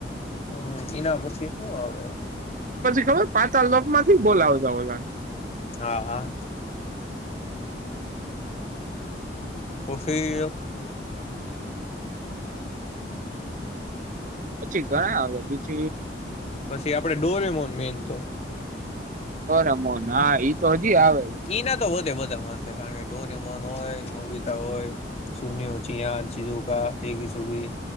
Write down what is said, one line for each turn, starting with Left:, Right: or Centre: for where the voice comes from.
Left: હમ ઇ ન પછી હુ આવે
Right: હ પાતાલ લોક માંથી બોલાવ જ ઓલા
Left: હા હા પફી
Right: પછી ઘણા આવે બીછ
Left: પછી આપડે ડોરમોન મેન તો
Right: તો રમોન હા ઈ તો હજી આવે છે
Left: કી ના તો વધે વધે મસ્ત કારણ કે ડોરીમોન હોય, નોબિતા હોય, સુનયો, ચિયાન, ચીજુકા, ડેગી સુગી